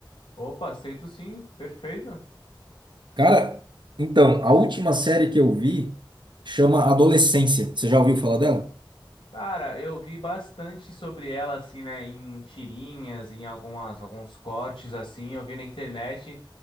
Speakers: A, on the left; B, on the right.
A: Opa, aceito sim, perfeito.
B: Cara, então, a última série que eu vi chama Adolescência. Você já ouviu falar dela?
A: Cara, eu vi bastante sobre ela, assim, né, em tirinhas, em algumas, alguns cortes, assim, eu vi na internet.